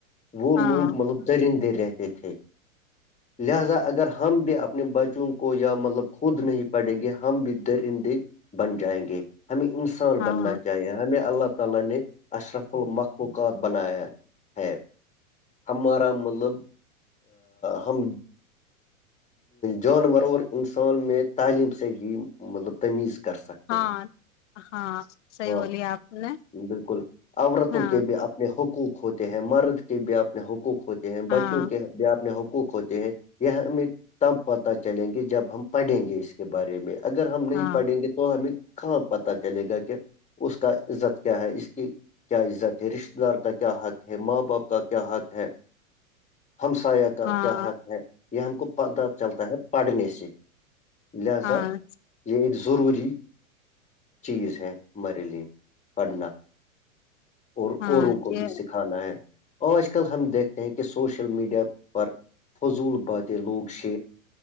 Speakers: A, on the left (about 15°); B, on the left (about 55°).
A: وہ
B: ہاں
A: لوگ مطلب درندے رہتے تھے لہذا اگر ہم بھی اپنے بچوں کو یا مطلب خود نہیں پڑیں گے ہم بھی درندے بن جائیں گے ہمیں انسان
B: ہاں
A: بننا چاہیے ہمیں اللہ تال نے اشرف المخلوقات بنایا ہے ہمارا مطلب ہم جانور اور انسان میں تعلیم سے ہی مطلب تمیز کر سکتے
B: ہاں ہاں صحیح
A: ہاں
B: بولیے آپ نے
A: بالکل عورتوں
B: ہاں
A: کے بھی اپنے حقوق ہوتے ہیں مرد کے بھی اپنے حقوق ہوتے ہیں
B: ہاں
A: بچوں کے جو اپنے حقوق ہوتے ہیں یہ ہمیں تب پتہ چلیں گے جب ہم پڑھیں گے اس کے بارے میں اگر ہم نہیں
B: ہاں
A: پڑھیں گے تو ہمیں کہاں پتا چلے گا کہ اس کا عزت کیا ہے اس کی کیا عزت ہے رشتتے دار کا کیا حق ہے ماں باپ کا کیا حق ہے ہمسایہ کا
B: ہاں
A: کیا حق ہے یہ ہم کو پت چلتا ہے پڑھنے سے لہذا
B: ہاں
A: یہ ایک ضروری چیز ہے ہمارے لیے پڑھنا اور
B: ہاں
A: اوروں کو
B: یہ
A: بھی سیک کھانا ہے اور آج کل ہم دیکھتے ہیں کہ سوشل میڈیا پر فضول باتیں لوگ ش